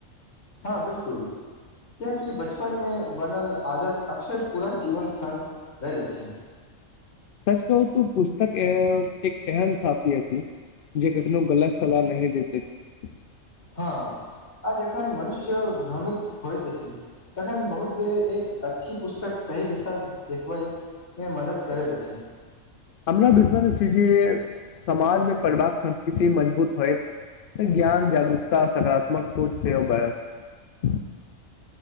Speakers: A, on the left; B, on the left.
A: हँ बिलकुल कियकि बचपनमे बनल आदत अक्सर पूरा जीवन सङग रहल अछि।
B: सच कहू तू पुस्तक एहन- एक एहन साथीथ जे कखनो गलत सलाह नही देते छै।
A: हँ आ जखन मनुष्य भ्रमित होइत अछि तखन बहुत बेर एक अच्छी पुस्तक सही दिशा देख। ओहिमे मदद करेत अछि।
B: हमरा विश्वस अछि जे समाजमे पढ़बाक संस्कृति मजबूत होयत तऽ ज्ञान जागरूकता सकारात्मक सोच सेहो बढ़त।